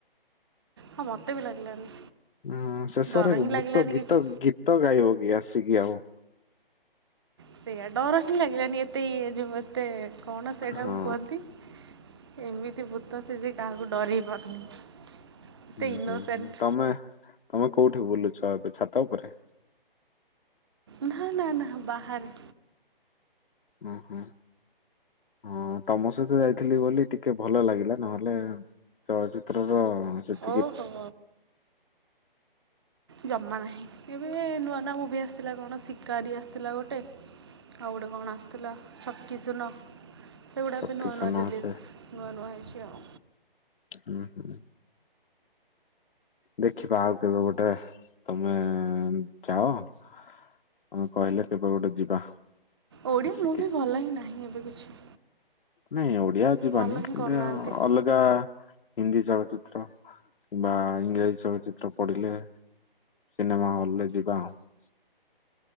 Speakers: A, on the right; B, on the left.
A: ହଁ ମତେ ବି ଲାଗିଲାନି।
B: ହୁଁ ଶେଷରେ
A: ଡର ହିଁ
B: ଭୂତ
A: ଲାଗିଲାନି
B: ଗୀତ
A: କିଛି
B: ଗୀତ ଗାଇବ କି ଆସିକି ଆଉ।
A: ସେଇଆ ଡର ହିଁ ଲାଗିଲାନି ଏତେ ଇଏ ଯେଉଁ ଏତେ କଣ ସେଇଟାକୁ
B: ହଁ।
A: କୁହନ୍ତି? ଏମିତି ଭୂତ ସେ ଯେ କାହାକୁ ଡରେଇ ପାରୁନି। ଏତେ
B: ହୁଁ
A: ଇନୋସେଣ୍ଟ
B: ହୁଁ ହୁଁ ତମେ ତମେ କୋଉଠି ବୁଲୁଛ ଏବେ ଛାତ ଉପରେ?
A: ନା ନା ନା ବାହାରେ।
B: ଉଁ ହୁଁ। ହଁ ତମ ସହିତ ଯାଇଥିଲି ବୋଲି ଟିକେ ଭଲ ଲାଗିଲା ନହେଲେ ଚଳଚିତ୍ର ର ସେ
A: ଓ ହୋ। ଜମା ନାହିଁ ଏବେ ନୂଆ ନୂଆ ମୁଭି ଆସିଥିଲା କଣ ଶିକାରୀ ଆସିଥିଲା ଗୋଟେ। ଆଉ ଗୋଟେ କଣ ଆସିଥିଲା ଛକିଶୁନ ସେଗୁଡ଼ାବି
B: ଛକି
A: ନୂଆ
B: ସୁନ
A: ନୂଆ ରିଲିଜ୍।
B: ଆସେ
A: ନୁଆ ନୁଆ ହେଇଛି ଆଉ।
B: ହୁଁ ହୁଁ। ଦେଖିବା ଆଉ କେବେ ଗୋଟେ ତମେ ଯାଅ। ହଁ କହିଲେ କେବେ ଗୋଟେ ଯିବା।
A: ଓଡ଼ିଆ
B: ମିଶିକି।
A: ମୁଭି ଭଲ ହିଁ ନାହିଁ ଏବେ କିଛି।
B: ନାଇଁ ଓଡିଆ ଯିବାନି
A: ଭଲ ହିଁ
B: କିନ୍ତୁ
A: କରୁନାହାନ୍ତି
B: ଅଲ ଗା ହିନ୍ଦୀ ଚଳଚିତ୍ର କିମ୍ବା ଇଂରାଜୀ ଚଳଚିତ୍ର ପଡ଼ିଲେ। ସିନେମା ହଲ ରେ ଯିବା ଆଉ।